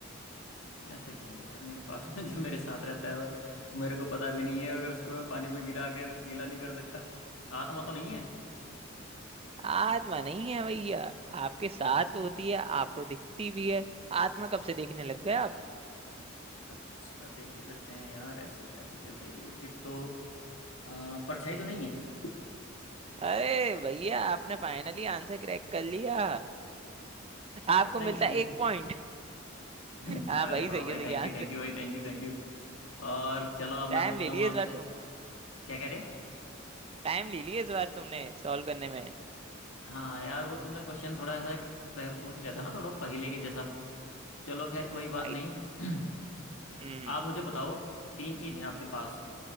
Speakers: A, on the left; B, on the right.
A: ऐसा क्या है यार मेरे पास में जो मेरे साथ रहता है और मेरे को पता भी नहीं है कि उसको मैं पानी में गिरा कर गीला नहीं कर सकता आत्मा तो नहीं है
B: आत्मा नहीं है भैया आपके साथ
A: अच्छा
B: तो होती है आपको दिखती भी है आत्मा कब से देखने लग गए आप
A: अच्छा देख भी सकते हैं यार ऐसी क्या चीज है भाई फिर तो आ, परछाई तो नहीं है
B: अरे भैया आपने फाइनली आंसर क्रैक कर लिया आपको
A: परछाई
B: मिलता
A: यही
B: है एक पॉइंट
A: <laughs>
B: <laughs> हाँ
A: अरे
B: भाई
A: वाह
B: सही
A: भाई
B: है सही
A: थैंक
B: है
A: यू
B: आंसर
A: थैंक यू भाई थैंक यू थैंक यू और चलो अब मैं
B: टाइम
A: पूछता
B: ले लिए
A: हूँ आपसे
B: इस बार तुम
A: क्या कह रहे
B: टाइम ले लिए इस बार तुमने सॉल्व करने में
A: हाँ यार वो तुमने क्वेश्चन थोड़ा ऐसा कि- पह- पूछ लिया था ना थोड़ा पहले के जैसा चलो खैर कोई बात
B: भाई
A: नहीं <clears throat>
B: हम्म
A: आप मुझे बताओ तीन चीज हैं आपके पास